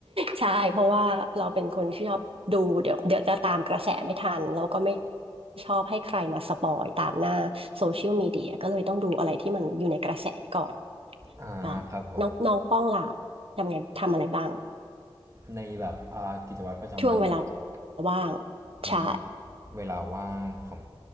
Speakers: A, on the right; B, on the right.
A: ใช่เพราะว่าเราเป็นคนที่ชอบดูเดี๋ยวเดี๋ยวจะตามกระแสไม่ทันแล้วก็ไม่ชอบให้ใครมาสปอยตามหน้าโซเชียลมีเดียก็เลยต้องดูอะไรที่มันอยู่ในกระแสก่อน
B: อาครับผม
A: อ่าน้องน้องป้องล่ะทำไงทำอะไรบ้าง
B: ในแบบอ่ากิจวัตรประจำวันผมที่
A: ช่วงเวลาว่าง
B: อืม
A: ใช่
B: เวลาว่างผม